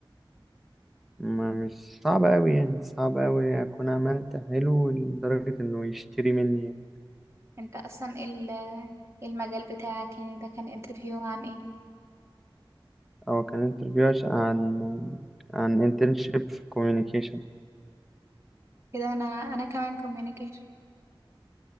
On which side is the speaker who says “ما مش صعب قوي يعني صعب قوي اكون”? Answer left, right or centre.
Centre